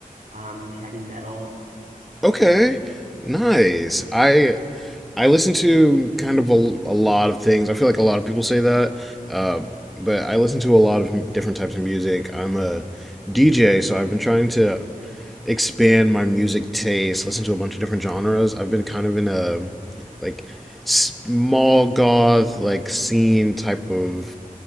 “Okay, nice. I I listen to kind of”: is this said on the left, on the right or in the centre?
Centre